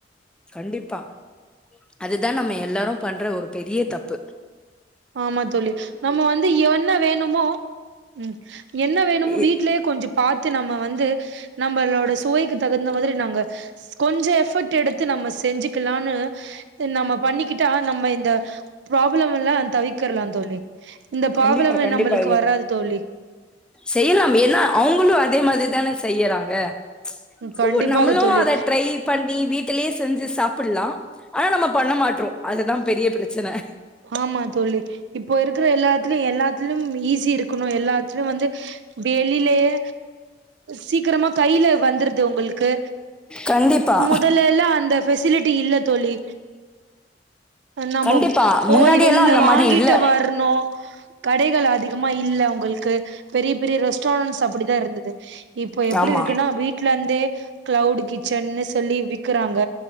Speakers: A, in the centre; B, on the right (about 75°).
A: கண்டிப்பா அதுதா நம்ம எல்லாரு பண்ற ஒரு பெரிய தப் ப்பு
B: ஆமா தோழி நம்ம வந்து என்ன வேணுமோ ம்ம் என்ன வேணுமோ
A: இ-
B: வீட்லயே கொஞ்சோ பாத்து நம்ம வந்து நம்பளோட சுவைக்குத் தகுந்த மாதிரி நாங்க கொஞ்சோ எஃபர்ட் எடுத்து நம்ம செஞ்சிக்கலான்னு நம்ம பண்ணிக்கிட்டா நம்ம இந்த ப்ராப்ளம் எல்லா தவிக்கெரலா தோழி இந்த பராப்ளமே
A: கண்டிப்பா கண்டிப்பா
B: நம்மளுக்கு வராது தோழி
A: செய்யலாம் ஏன்னா அவங்களும் அதே மாதிரி தானே செய்யறாங்க <unintelligible>
B: கண்டிப்பாக
A: நம்மளு
B: தோழி
A: அத ட்ரை பண்ணி வீட்டுலேயே செஞ்சு சாப்பிட்லா ஆனா நம்ம பண்ண மாட்றோ அதுதா பெரிய பிரச்சனை
B: ஆமா தோழி இப்போ இருக்கிற எல்லாத்துல எல்லாத்திலும் ஈஸி இருக்கணும் எல்லாத்திலும் வந்து வெளிலயே சீக்கிரமா கையிலே வந்துருது உங்களுக்கு
A: கண்டிப்பா
B: முதல்லல்ல அந்த ஃபெசிலிட்டி இல்ல தோழி நம்மோ
A: கண்டிப்பா
B: போயி
A: முன்னாடி
B: வெளில
A: எல்லா அந்த
B: வாங்கிட்டு
A: மாரி இல்ல
B: வர்ணு கடைகள் அதிகமா இல்ல உங்களுக்கு பெரிய பெரிய ரெஸ்டாரண்ட்ஸ் அப்படித்தான இருந்தது இப்போ எப்படி
A: ஆமா
B: இருக்குன்னா வீட்ல இருந்தே க்ளவுட் கிச்சன்னு சொல்லி விக்கிறாங்க